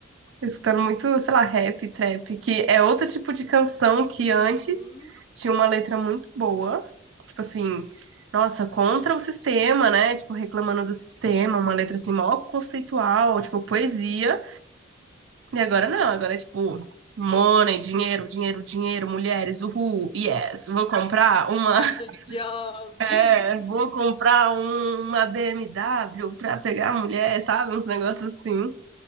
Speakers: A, on the right (about 70°); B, on the left (about 25°).
A: escutando muito, sei lá, rap, trap, que é outro tipo de canção que
B: Uhum.
A: antes tinha uma letra muito boa, tipo assim, nossa, contra o sistema, né? Tipo, reclamando do sistema, uma letra assim, mó conceitual, tipo, poesia. E agora não, agora é tipo, money, dinheiro, dinheiro, dinheiro, mulheres, uhul, yes, vou comprar uma,
B: É
A: <laughs>
B: a do Job.
A: é,
B: <laughs>
A: vou comprar um- uma BMW pra pegar a mulher, sabe? Uns negócios assim.